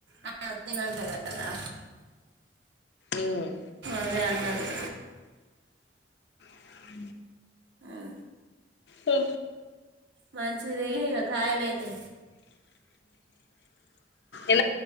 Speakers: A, on the right; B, on the left.
A: ఆ తినంట కాదా
B: ఉమ్
A: అదే అన్నది
B: అ
A: అే
B: ఆ
A: మం ఇచ్చ ర కాయలా అయితే
B: ఎ